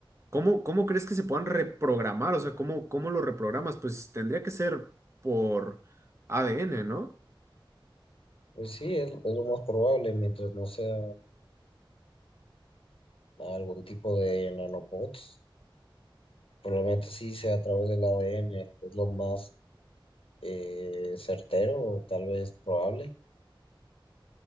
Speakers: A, on the right (about 30°); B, on the left (about 85°).
A: ¿cómo, cómo crees que se puedan reprogramar? O sea, ¿cómo, cómo lo reprogramas? Pues tendría que ser por ADN, ¿no?
B: Pues sí, es, es lo más probable, mientras no sea algún tipo de nanobots. Probablemente sí sea a través del ADN, es lo más eh, certero, o tal vez probable.